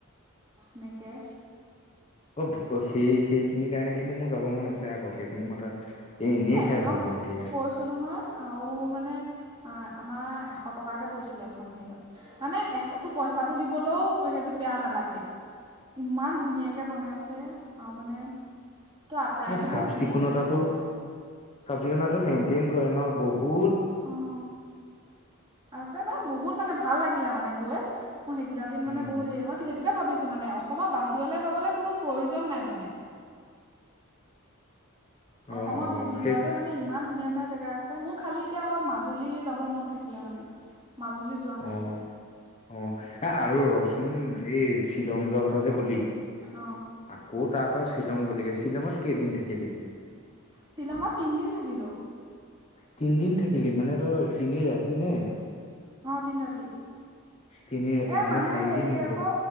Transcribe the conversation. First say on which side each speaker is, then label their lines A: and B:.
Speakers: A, on the right; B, on the left.
A: এনেকে।
B: অ সেই সেইখিনিৰ কাৰণে। কিন্তু মোৰ যাব মন আছে আকৌ সেইখিনি মই তাত। এনেই
A: এ
B: খাই
A: একদম
B: ভাল পাওঁ এতিয়া ইয়াত
A: কৈছো নহয় আও মানে। আমাৰ এশ টকাকে পৰিছিলে এখন হেৰিয়ত মানে এশটো পইচাটো দিবলৈও সেইটোত বেয়া নালাগে ইমান ধুনীয়াকে বনাইছে আৰু মানে। ত আপ্ৰায়নটো
B: আৰু চাফ
A: বহুত ধুনীয়াকে
B: চিকুণতাটো
A: কৈছে।
B: চাফ চিকুণটো মেইনটেইন কৰে ন বহুত।
A: অঁ আছে বা বহুত মানে ভাল লাগিলে মানে গৈ। মই সেইকেইটা দিন মানে
B: উম
A: বহুত মই সেইটো। ভাবিছো মানে অসমৰ বাহিৰলৈ যাবলৈ কোনো প্ৰয়োজন নাই মানে। অসমৰ
B: অ অ
A: ভিতৰতে
B: সেই
A: মানে ইমান ধুনীয়া ধুনীয়া। জেগা আছে মোৰ খালি এতিয়া অকল মাজুলী যাব মন থাকিলে মানে। মাজুলী যোৱা নাই
B: অ অ এ আৰু ৰ। উম এই শ্বিলং যোৱা কথা যে কলি
A: অঁ
B: আকৌত। তাৰপা শ্বিলং গলিগে শ্বিলঙত কেইদিন থাকিলি।
A: শ্বিলঙত তিনিদিন থাকিলোঁ
B: তিনি দিন। থাকিলি মানে তই তিনি ৰাতি নে?
A: অঁ তিনি ৰাতি
B: তিনি ৰাতি
A: এই মানে
B: চাৰিদিন
A: হেৰি
B: হৈ
A: আকৌ
B: গ'ল